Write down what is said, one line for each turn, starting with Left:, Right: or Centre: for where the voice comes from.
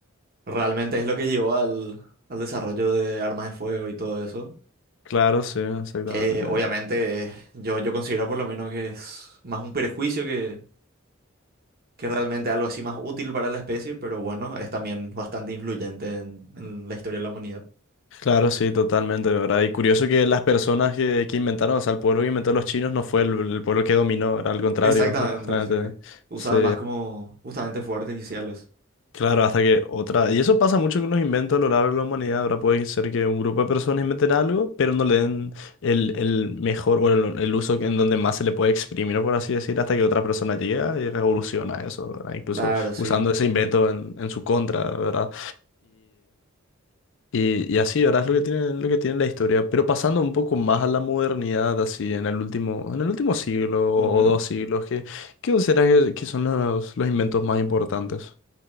Right: realmente es lo que llevó al, al desarrollo de armas de fuego y todo eso.
Left: Claro, sí, exactamente.
Right: que obviamente eh, yo, yo considero por lo menos que es más un prejuicio que, que realmente algo así más útil para la especie, pero bueno, es también bastante influyente en, en la historia de la humanidad.
Left: Claro, sí, totalmente, ¿verdad? Y curioso que las personas que, que inventaron, o sea, el pueblo que inventó los chinos no fue el, el pueblo que dominó, era al contrario,
Right: Exactamente,
Left: justamente.
Right: sí. Usaban
Left: Sí,
Right: más como justamente fuegos artificiales.
Left: claro, hasta que otra. Y eso pasa mucho con los inventos a lo largo de la humanidad, ¿verdad? Puede ser que un grupo de personas inventen algo, pero no le den el, el mejor o el, el uso que- en donde más se le puede exprimir, por así decir, hasta que otra persona llega y revoluciona eso, ¿verdad? Incluso
Right: Claro, sí.
Left: usando ese invento en, en su contra, ¿verdad? Y, y así, ¿verdad? Es lo que tiene, lo que tiene la historia. Pero pasando un poco más a la modernidad, así, en el último, en el último siglo
Right: Ujú.
Left: o dos siglos, ¿qué, qué consideras que, que son los, los inventos más importantes?